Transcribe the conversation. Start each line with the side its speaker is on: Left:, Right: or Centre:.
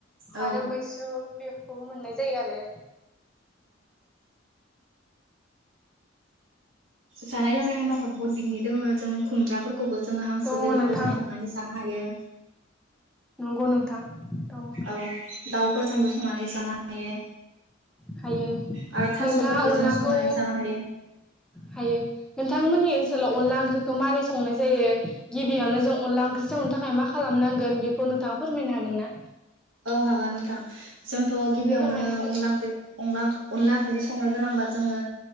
Right: औ
Centre: आरो मैस्रुम बेफोरखौबो मोननाय जायो आरो
Right: जानाय-लोंनाय होनबाथ' बुहुत बिदिनो दङो जों खुमब्राफोरखौबो जोङो हांसो
Centre: दङ
Right: बेदरफोरजों
Centre: नोंथां
Right: संनानै जानो हायो
Centre: नंगौ नोंथां दङ
Right: औ दाउफोरजोंबो संनानै जाना हायो
Centre: हायो
Right: आरो थास'फोरखौ
Centre: नोंथाङा अनलाखौ
Right: जों संनानै जानो हायो
Centre: हायो नोंथांमोननि ओनसोलाव अनला ओंख्रि खौ माबोरै संनाय जायो गिबियावनो जों अनला ओंख्रि संनो थाखाय मा खालामनांगोन बेखौ नोंथाङा फोरमायनो हागोन ना
Right: औ हागोन नोंथां जोंथ' गिबियावनो
Centre: फोरमायना हो
Right: अनला ओंख्रि-अनला ओंख्रि अनदला ओंख्रिखौ संनो गोनांबा जोङो